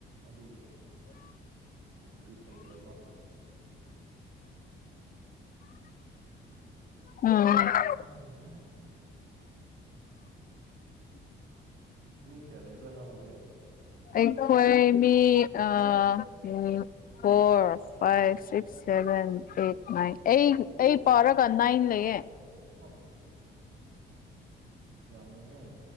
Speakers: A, on the right (about 80°); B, on the left (about 45°).
A: ꯑꯗꯨꯒꯤ ꯕꯤꯠ ꯂꯩꯇ꯭ꯔꯕ
B: ꯎꯝ <unintelligible> <inaudible>
A: ꯎꯝ ꯃꯤ ꯀꯌꯥ ꯂꯩꯕ꯭ꯔꯅꯣ ꯍꯧꯖꯤꯛ
B: ꯑꯩꯈꯣꯏ ꯃꯤ ꯑ ꯎꯝ four five six seven eight nine ꯑꯩ
A: ꯑꯣ
B: ꯑꯩ ꯄꯥꯎꯔꯒꯗꯥꯏꯅ ꯂꯩꯌꯦ
A: ꯑꯣ ꯌꯃꯦꯍꯦ